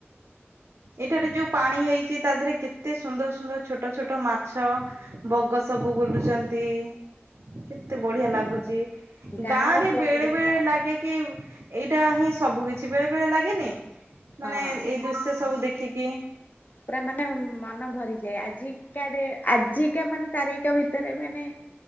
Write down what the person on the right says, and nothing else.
ଏଠାରେ ଯଉ ପାଣି ହେଇଚି ତା ଦେହରେ କେତେ ସୁନ୍ଦର୍ ସୁନ୍ଦର୍ ଛୋଟ ଛୋଟ ମାଛ ବଗ ସବୁ ବୁଲୁଚନ୍ତି କେତେ ବଢିଆ ଲାଗୁଚି।
ଗାଁ ରେ
ବେଳେ ବେଳେ ଲାଗେ କି ଏଇଟା ହିଁ ସବୁ କିଛି ବେଳେ ବେଳେ ଲାଗେନି ମାନେ
ଏଇ ଦୃଶ୍ୟ ସବୁ ଦେଖିକି